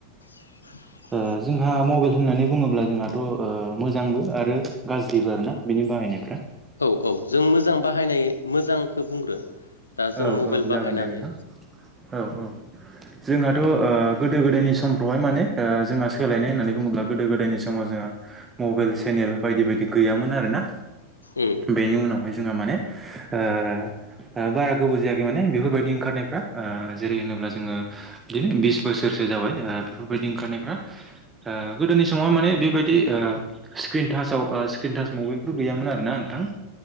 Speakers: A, on the left; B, on the right.
A: <inaudible>
B: ओ जोंहा मबाइल होननानै बुङोब्ला जोंहाथ' ओ मोजांबो आरो गाज्रिबो आरोना बिनि बाहायनायफ्रा
A: औ औ जों मोजां बाहायनाय मोजांखौ बुंग्रो। दा जों
B: औ
A: मबाइल
B: औ
A: बाहायनानै
B: जागोन दे नोंथां औ औ जोंहाथ' ओ गोदो गोदायनि समफ्रावहाय माने ओ जोंहा सोलायनाय होननानै बुङोब्ला गोदो गोदायनि समाव जोंहा मबाइल से नेल बायदि बायदि गैयामोन आरो ना।
A: उम
B: बेनि उनावहाय जोंहा माने ओ ओ बारा गोबाव जायाखै माने बेफोरबायदि ओंखारनायफ्रा ओ जेरै- होनोब्ला जोङो बिदिनो बिस बोसोरसो जाबाय ओ बेफोरबायदि ओंखारनायफ्रा ओ गोदोनि समाव माने बेबायदि ओ स्क्रिन टाचाव ओ सि क्रिनटास मबाइलफोर गैयोन आरो ना नोंथां